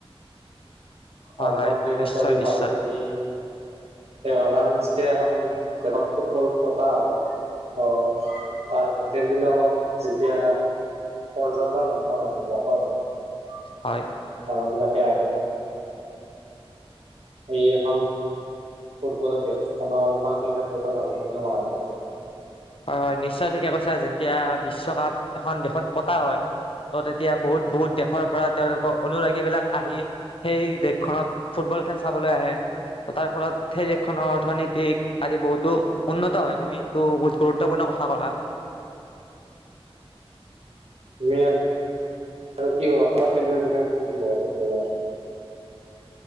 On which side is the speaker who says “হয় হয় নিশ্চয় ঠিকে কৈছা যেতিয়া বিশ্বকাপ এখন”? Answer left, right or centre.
Left